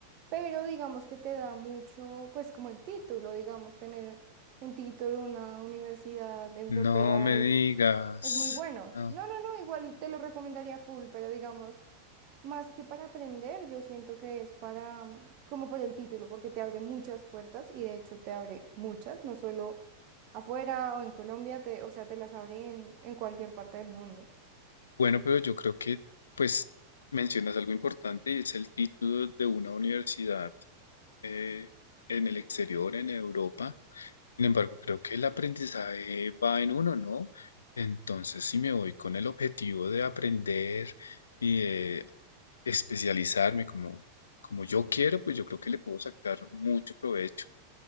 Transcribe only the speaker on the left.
No me
digas.
no.
Bueno, pero yo creo que, pues, mencionas algo importante y es el título de una universidad eh, en el exterior, en Europa. Sin embargo, creo que el aprendizaje va en uno, ¿no? Entonces, si me voy con el objetivo de aprender y de especializarme como, como yo quiero, pues yo creo que le puedo sacar mucho provecho,